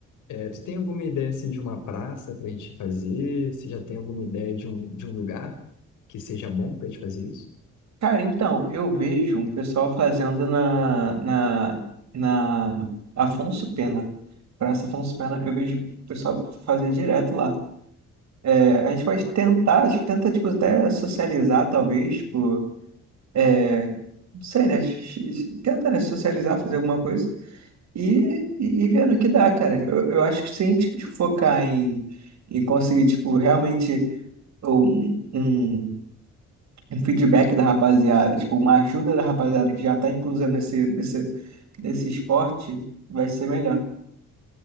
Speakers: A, on the left; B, on the right.
A: É, tu tem alguma ideia, assim, de uma praça pra gente fazer? Você já tem alguma ideia de um, de um lugar que seja bom pra gente fazer isso?
B: Cara, então, eu vejo um pessoal fazendo na, na, na Afonso Pena. Praça Afonso Pena, eu vejo o pessoal fazer direto lá. É, a gente pode tentar, a gente tenta, tipo, até socializar, talvez, tipo, é, não sei, né? x- Tenta, né, socializar, fazer alguma coisa e, e, e ver no que dá, cara. Eu, eu acho que se a gente focar em, em conseguir, tipo, realmente um, um, um feedback da rapaziada, tipo, uma ajuda da rapaziada que já tá inclusa nesse, nesse, nesse esporte, vai ser melhor.